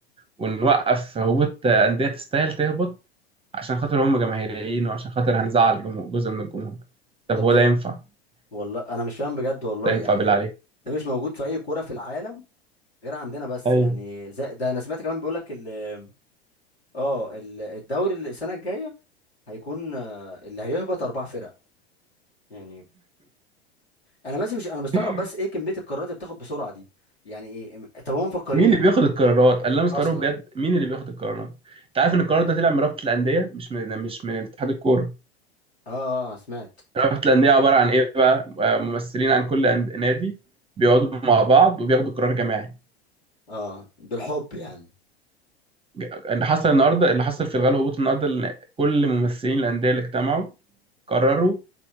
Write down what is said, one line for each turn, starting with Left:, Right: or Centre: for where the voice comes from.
Right: ونوقف هبوط انديه تستاهل تهبط عشان خاطر هم جماهيريين وعشان خاطر هنزعل جمهور- جزء من الجمهور طب
Left: طب
Right: هو
Left: ده
Right: ده ينفع
Left: والله انا مش فاهم بجد والله
Right: ده ينفع
Left: يعني
Right: بالله عليك
Left: ده مش موجود في اي كورة في العالم غير عندنا بس
Right: ايوه
Left: يعني زي ده انا سمعت كمان بيقولك ال اه ال- الدوري اللي السنة الجاية هيكون آه، اللي هيهبط اربع فرق يعني انا بس مش انا مستغرب
Right: <laughs>
Left: بس ايه كمية القرارات اللي بتاخد بسرعة دي يعني ايه طب هم مفكرين
Right: مين اللي بياخد القرارات اللي انا لا مستغرب
Left: اصلا
Right: بجد مين اللي بياخد القرارات انت عارف ان القرار ده طلع من رابطه الانديه مش من مش من اتحاد الكوره
Left: اه آه، آه، سمعت
Right: رابطة الأندية عبارة عن إيه بقى؟ آه، ممثلين عن كل أند- نادي بيقعدوا مع بعض وبياخدوا قرار جماعي.
Left: اه بالحب يعني
Right: ج- اللي حصل النهاردة اللي حصل في الغالب هبوط النهاردة إن كل ممثلين الأندية اللي اجتمعوا قرروا